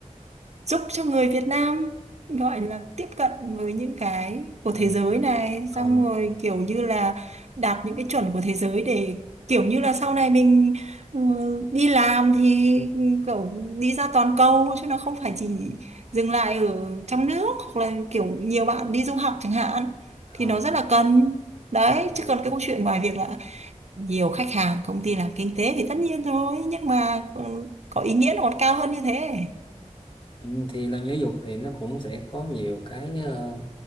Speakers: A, on the right; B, on the left.
A: giúp cho người Việt Nam gọi là tiếp cận với những cái của
B: Ờ,
A: thế giới này
B: ờ,
A: xong rồi kiểu như là đạt những cái chuẩn của thế giới để kiểu như là sau này mình ừ, đi làm thì ừ, kiểu đi ra toàn cầu chứ nó không phải chỉ dừng lại ở trong nước hoặc là kiểu nhiều bạn đi du học chẳng hạn
B: ờ,
A: thì nó rất là cần đấy
B: ok, ok.
A: chứ còn cái câu chuyện ngoài việc là nhiều khách hàng công ty làm kinh tế thì tất nhiên thôi nhưng mà ừ, có ý nghĩa nó còn cao hơn như thế
B: Ừ, thì làm giáo dục thì nó cũng sẽ có nhiều cái ờ,